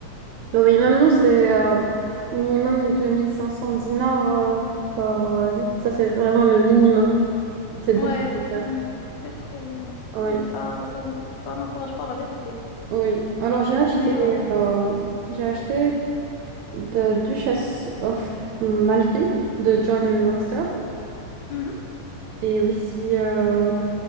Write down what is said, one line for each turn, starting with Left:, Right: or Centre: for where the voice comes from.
Right: Bah oui, même nous, c'est euh, minimum 2500 dinars euh, par euh, livre. Ça, c'est vraiment le minimum. C'est beaucoup
Left: Ouais,
Right: trop cher.
Left: ouais, c'est trop, ouais.
Right: Ah Oui,
Left: Non, Ça, ça, ça n'encourage pas la vérité.
Right: oui. Alors, j'ai acheté,
Left: Mais bon.
Right: euh, j'ai acheté The Duchess of Malfi de John Webster.
Left: Mhm.
Right: Et aussi, euh,